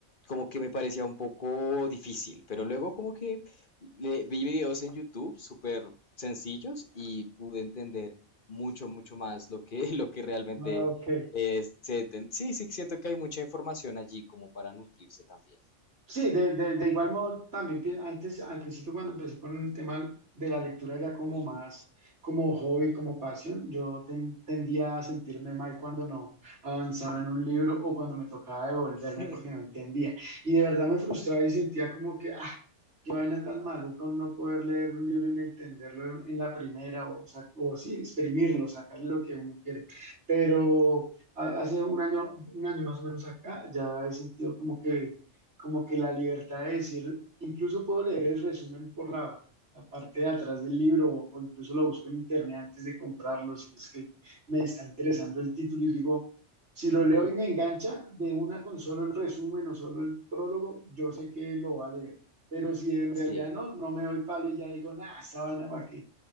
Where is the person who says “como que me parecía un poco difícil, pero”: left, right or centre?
Left